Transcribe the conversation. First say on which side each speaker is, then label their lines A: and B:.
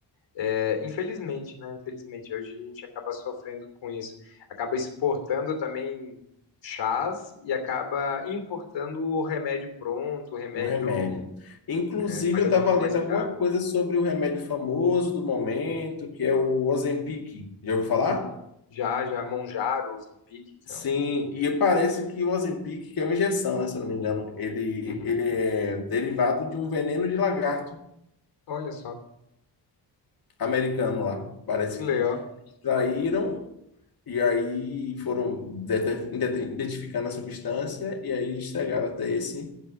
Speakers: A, on the left; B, on the left.
A: É, infelizmente, né? Infelizmente, hoje a gente acaba sofrendo com isso. Acaba exportando também chás e acaba importando o remédio pronto, o remédio
B: O remédio. Inclusive,
A: é, pagando
B: eu estava
A: muito
B: lendo
A: mais caro.
B: alguma coisa sobre o remédio famoso do momento, que é o Ozempic. Já ouviu falar?
A: Uhum. Já, já, Monjaro, Ozempic, então.
B: Sim, e parece que o Ozempic, que é uma injeção, né, se eu não me engano, ele,
A: Uhum.
B: ele é derivado de um veneno de lagarto.
A: Olha só,
B: americano lá. Parece
A: que legal.
B: que extraíram e aí foram dete- dete- identificando a substância e aí chegaram até esse